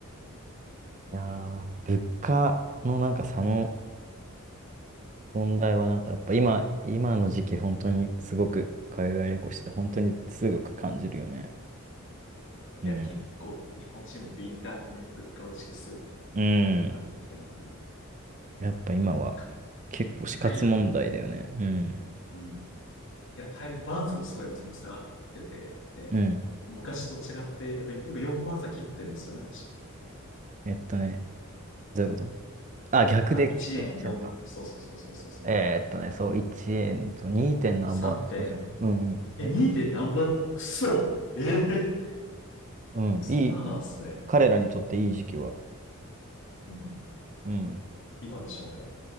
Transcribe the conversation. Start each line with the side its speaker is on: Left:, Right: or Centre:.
Right: いやー、物価のなんか差の問題は、なんかやっぱ今、今の時期、本当にすごく海外旅行してて、本当にすごく感じるよね。うん。
Left: いや、結構、日本人も敏感にね、物価を意識するように
Right: うん。
Left: なってきたよな。
Right: やっぱ今は
Left: か
Right: 結構死活問題だよね。
Left: タイとかも、
Right: うん。
Left: うん。いや、タイ、バーツもすごい下がってて、で、
Right: うん。
Left: 昔と違って、やっぱ4バーツは切ってるんですよね。確か
Right: えっとね、どういうことあ、逆で計算してるのか。
Left: あ、1円4、そうそうそうそうそうそう。
Right: えーっとね、そう、1円と 2. 何バーとかじゃん。
Left: 3点、
Right: うんうん。
Left: え、
Right: え
Left: 2点何ぼくそええ
Right: うん。
Left: そんなのなんですね。
Right: いい、彼らにとっていい時期は。
Left: うん。
Right: うん
Left: 今でしょうね。